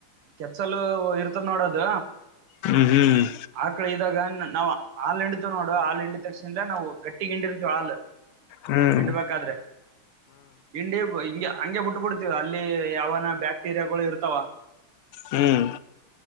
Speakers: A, on the right; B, on the left.
A: ಕೆತ್ಸಲು ಇರ್ತದ ನೋಡದ.
B: ಹ್ಮ್
A: ಆ ಕಳ ಇದಾಗ ನಾವು ಹಾಲ್ ಹಿಂಡಿತು ನೋಡು ಹಾಲ್ ಹಿಂಡಿದ ತಕ್ಷಣ ನಾವು ಗಟ್ಟಿ. ಗಿಂಡಿರ್ತವಿ ಹಾಲ್
B: ಹ್ಮ್
A: ಹಿಂಡ ಬಾದ್ರೆ ಗಿಂಡಿ ಹಿಂಗ. ಹಂಗೆ ಬಿಟ್ ಬಿಡ್ತವ ಅಲ್ಲಿ ಯಾವನ ಬ್ಯಾಕ್ಟೀರಿಯಾಗಳಗಳು ಇರ್ತಾವ.
B: ಹ್ಮ್.